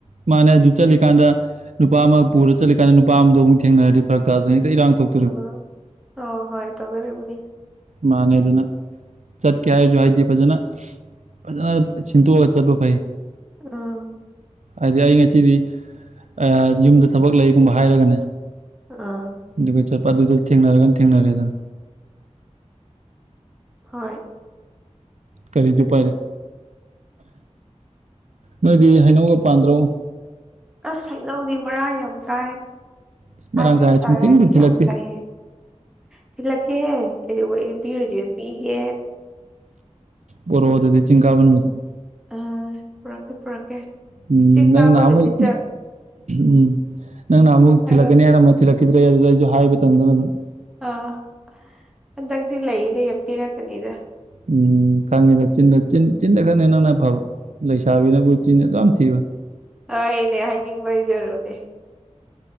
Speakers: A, on the right (about 75°); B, in the centre.
A: ꯃꯥꯅꯦ ꯑꯗꯨ ꯆꯠꯂꯤꯀꯥꯟꯗ ꯅꯨꯄꯥ ꯑꯃ ꯄꯨꯔ ꯆꯠꯂꯤꯀꯥꯟꯗ ꯅꯨꯄꯥ ꯑꯝꯗꯣ ꯑꯃꯨꯛ ꯊꯦꯡꯅꯔꯗꯤ ꯐꯔꯛ ꯇꯥꯗꯅ ꯍꯦꯛꯇ ꯏꯔꯥꯡ ꯊꯣꯛ
B: ꯑ ꯍꯣꯏ ꯍꯣꯏ ꯇꯧꯗꯧꯔꯤꯕꯅꯤ
A: ꯃꯥꯅꯦ ꯑꯗꯨꯅ ꯆꯠꯀꯦ ꯍꯥꯏꯁꯨ ꯍꯥꯏꯗꯤ ꯐꯖꯅ ꯐꯖꯅ ꯁꯤꯟꯇꯣꯛꯑꯒ ꯆꯠꯄ ꯐꯩ
B: ꯑ
A: ꯍꯥꯏꯗꯤ ꯑꯩ ꯉꯁꯤꯗꯤ ꯑ ꯌꯨꯝꯗ ꯊꯕꯛ ꯂꯩꯒꯨꯝꯕ ꯍꯥꯏꯔꯒꯅꯦ
B: ꯑꯥ
A: ꯑꯗꯨꯒ ꯆꯠꯄ ꯑꯗꯨꯗ ꯊꯦꯡꯅꯔꯒꯅ ꯊꯦꯡꯅꯔꯦꯗꯅ
B: ꯍꯣꯏ
A: ꯀꯔꯤꯗꯤ ꯎꯄꯥꯏ ꯂꯩ ꯅꯣꯏꯗꯤ ꯍꯩꯅꯧꯒ ꯄꯥꯟꯗ꯭ꯔꯣ
B: ꯑꯁ ꯍꯩꯅꯧꯗꯤ ꯃꯔꯥꯡ ꯌꯥꯝ ꯀꯥꯏ
A: ꯏꯁ ꯃꯔꯥꯡ
B: ꯍꯥꯏꯇꯥꯔꯦ
A: ꯀꯥꯏ ꯁꯨꯡꯊꯤꯟꯗꯤ
B: ꯍꯥꯏꯗꯤ
A: ꯊꯤꯜꯂꯛꯇꯦ
B: ꯌꯥꯝ ꯂꯩ ꯊꯤꯜꯂꯛꯀꯦꯍꯦ ꯀꯩꯗꯧꯕꯩ ꯄꯤꯔꯣꯏꯗꯣꯏꯅꯣ ꯄꯤꯒꯦ
A: ꯄꯔꯣꯑꯣ ꯑꯗꯨꯗꯤ ꯆꯤꯡꯀꯥꯕ ꯅꯨꯃꯤꯠꯇ
B: ꯑ ꯄꯨꯔꯛꯀꯦ ꯄꯨꯔꯛꯀꯦ
A: ꯎꯝ
B: ꯆꯤꯡ
A: ꯅꯪ
B: ꯀꯥꯕ
A: ꯅꯍꯥꯟꯃꯨꯛ
B: ꯅꯨꯃꯤꯠꯇ
A: ꯎꯝ ꯅꯪ ꯅꯍꯥꯃꯨꯛ
B: ꯍꯥꯏꯔꯣ
A: ꯊꯤꯜꯂꯛꯀꯅꯤ ꯍꯥꯏꯔꯝꯃ ꯊꯤꯂꯛꯈꯤꯗ꯭ꯔꯦ ꯑꯗꯨꯗ ꯑꯩꯁꯨ ꯍꯥꯏꯕ ꯇꯟꯗꯅ ꯑꯗꯨꯝ
B: ꯑꯥ ꯍꯟꯗꯛꯇꯤ ꯂꯩꯗꯤ ꯄꯤꯔꯛꯀꯅꯤꯗ
A: ꯎꯝ ꯈꯪꯉꯦꯗ ꯆꯤꯟꯗ ꯆꯤꯟ ꯆꯤꯟꯗ ꯈꯛꯅꯦ ꯅꯪꯅ ꯐꯕ ꯂꯩꯁꯥꯕꯤꯅꯕꯨ ꯆꯤꯟ ꯑꯗꯨ ꯌꯥꯝ ꯊꯤꯕ
B: ꯍꯣꯏꯅꯦ ꯍꯥꯏꯅꯤꯡꯕ ꯍꯥꯏꯖꯔꯨꯅꯦ